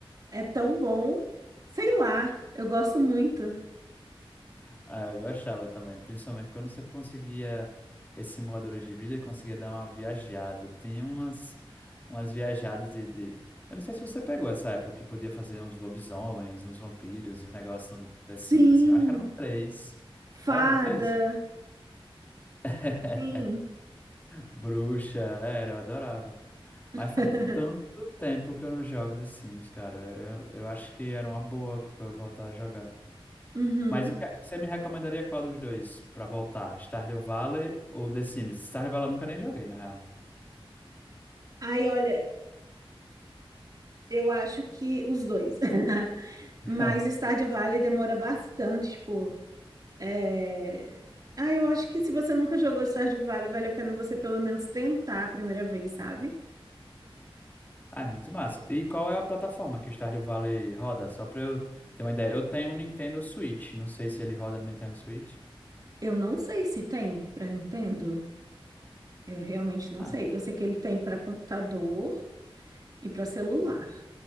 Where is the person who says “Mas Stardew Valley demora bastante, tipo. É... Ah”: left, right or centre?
Right